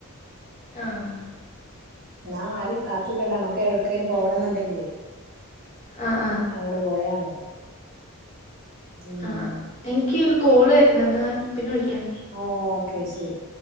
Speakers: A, on the left; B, on the right.
A: ആഹ്
B: നാ ആറി കാത്തക്കണ്ട മക്ക എവിടെ ഒക്ക പോവണം എന്നുണ്ടെങ്കിലേ
A: ആഹ്
B: അങ്ങോട്ട പോയാ മതി ഉം
A: ആ എനിക്ക് ഒരു കോള് വരണ്ടന്ന് ഞാൻ പിന്നെ വിളിക്കാാം
B: ആ ഓക്കെ ശരി